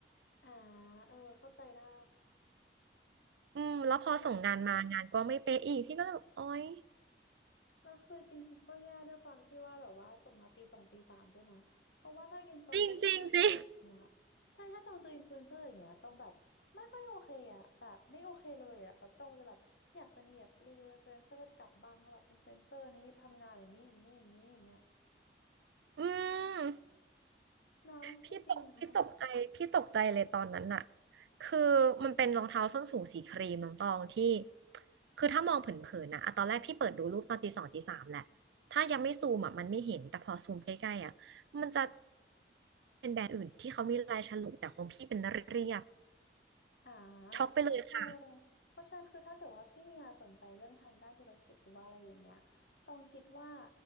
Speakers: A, on the left; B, on the right.
A: อ่าเออเข้าใจได้
B: อืมแล้วพอส่งงานมางานก็ไม่เป๊ะอีกพี่ก็เลยแบบโอ๊ย
A: แบบแล้วคือจริงๆก็แย่ด้วยความที่ว่าแบบว่าส่งมาตีสองตีสามด้วยนะเพราะว่าถ้าอินตอนเจออินฟลูเอนเซอร์แบบเนี้ย
B: จริงจริงจริง
A: ใช่ถ้าตอนเจออินฟลูเอนเซอร์อย่างเงี้ยต้องแบบไม่ค่อยโอเคอ่ะแบบไม่โอเคเลยอ่ะแบบต้องจะแบบอยากจะมีแบบรีวิวอินฟลูเอนเซอร์กลับบ้างว่าแบบอินฟลูเอนเซอร์นี้ทำงานอย่างนี้อย่างนี้อย่างนี้อย่างเงี้ย
B: อืม
A: นะจริงๆนะ
B: พี่ตกพี่ตกใจพี่ตกใจเลยตอนนั้นน่ะคือมันเป็นรองเท้าส้นสูงสีครีมน้องตองที่คือถ้ามองเผินๆนะอะตอนแรกพี่เปิดดูรูปตอนตีสองตีสามแหละถ้ายังไม่ซูมอ่ะมันไม่เห็นแต่พอซูมใกล้ๆอ่ะมันจะเป็นแบรนด์อื่นที่เขามีลายฉลุแต่ของพี่เป็นเรียบ
A: อ่า
B: ช็อกไปเลยค่ะ
A: โอ้เพราะฉะนั้นคือถ้าเกิดว่าพี่เมียสนใจเรื่องทางด้านธุรกิจหรือว่าอะไรอย่างเงี้ยต้องคิดว่า